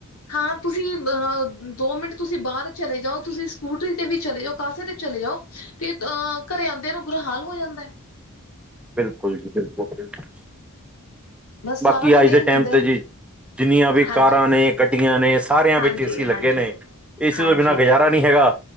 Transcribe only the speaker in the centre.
ਬਿਲਕੁਲ ਜੀ, ਬਿਲਕੁਲ, ਬਿਲਕੁਲ
ਬਾਕੀ
ਅੱਜ
ਦੇ
ਟੈਮ ਤੇ
ਜੀ। ਜਿੰਨੀਆਂ ਵੀ
ਕਾਰਾਂ ਨੇ, ਗੱਡੀਆਂ ਨੇ, ਸਾਰਿਆਂ
ਵਿੱਚ ਏਸੀ
ਲੱਗੇ ਨੇ। ਏੇਸੀ
ਤੋਂ ਬਿਨਾ ਗੁਜ਼ਾਰਾ ਨੀ ਹੈਗਾ।